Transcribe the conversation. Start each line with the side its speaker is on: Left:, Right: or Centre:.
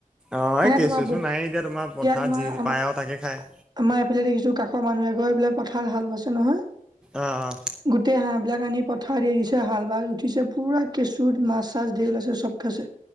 Centre: অঁ'
Right: মানে
Centre: এই কেঁচু
Right: তোমাৰ
Centre: চেচু নাই এতিয়া তোমাৰ পথাৰত
Right: তোমাৰ
Centre: যি
Right: আমাৰ
Centre: পায় আৰু তাকে খায়
Right: আমাৰ এইফালে দেখিছো কাষৰ মানুহ এঘৰে এইবিলাক পথাৰত হাল বাইছে নহয়।
Centre: অঁ', অঁ'
Right: গোটেই হাঁহবিলাক আনি পথাৰত এৰি দিছে হাল বাই উঠিছে পুৰা কেঁচুত মাছ চাছ ধেৰ ওলাইছে চব খাইছে।